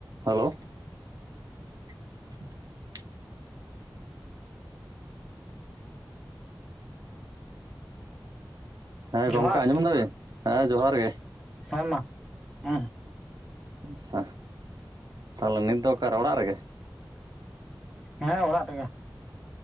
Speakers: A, on the right (about 55°); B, in the centre.
A: ᱦᱮᱞᱳ <unintelligible> ᱦᱮᱸ
B: ᱡᱚᱦᱟᱨ
A: ᱜᱚᱢᱠᱮ ᱟᱸᱡᱚᱢ ᱮᱫᱟ ᱵᱤᱱ ᱦᱮᱸ ᱡᱚᱦᱟᱨ ᱜᱮ
B: ᱦᱮᱸ ᱢᱟ ᱩᱸ
A: ᱟᱪᱪᱷᱟ, ᱛᱟᱦᱚᱞᱮ ᱱᱤᱛ ᱫᱚ ᱚᱠᱟᱨᱮ ᱚᱲᱟᱜ ᱨᱮᱜᱮ?
B: ᱦᱮᱸ ᱚᱲᱟᱜ ᱨᱮᱜᱮ